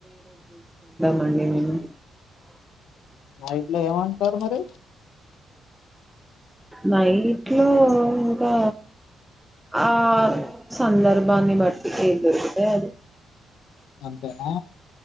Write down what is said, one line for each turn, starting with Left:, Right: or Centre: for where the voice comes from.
Centre: మరి నేను
Left: ఇట్లే ఏం అంటారు మరి
Centre: నైట్ లో ఇంకా ఆ సందర్భాన్ని బట్టి ఏది దొరుకుతాయి అది
Left: అంతేనా